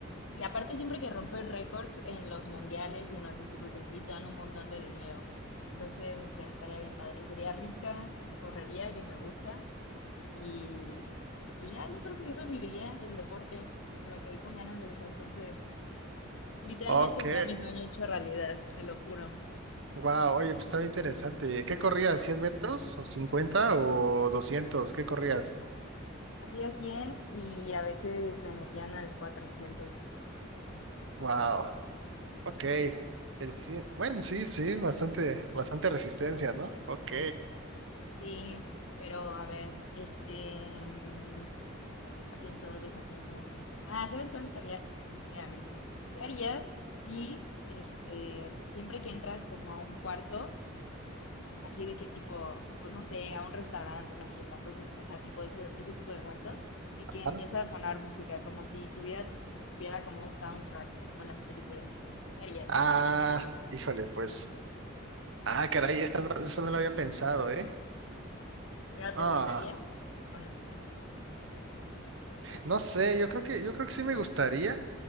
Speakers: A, on the left; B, on the right.
A: Y aparte siempre que rompes récords en los mundiales y en olímpicos y así, te dan un montón de dinero. Entonces, no sé, estaría bien padre. Sería rica, correría, que me gusta. Y, y pues ya, yo creo que de eso viviría, del deporte, porque me quedé con ganas de eso. Entonces, literalmente
B: ok,
A: sería mi sueño hecho realidad, te lo juro.
B: wow, oye, pues estaba interesante. ¿Qué corrías? Cien metros? ¿O cincuenta, ¿O doscientos. ¿Qué corrías?
A: Hacía 100 y a veces me metían al cuatrocientos
B: Wow, ok. El cien- Bueno, sí, sí, bastante, bastante resistencia, ¿no? Ok.
A: Sí, pero a ver, este... mm, Deja pienso, deja pienso una. Ah, ¿sabes cuál estaría? Mira, mira. ¿Qué harías si, este, siempre que entras como a un cuarto, así de que tipo, pues no sé, a un restaurante, a una fiesta, cosas, o sea, tipo ese, ese tipo de cuartos, de que empieza
B: Ah,
A: a sonar música, como si tu vida tuviera como un soundtrack, como en las películas. ¿Qué harías?
B: Ah, híjole, pues. Ah, caray, eso no, esta no lo había pensado, ¿eh?
A: ¿Pero te
B: Ah,
A: gustaría o no? <laughs>
B: No sé, yo creo que, yo creo que sí me gustaría,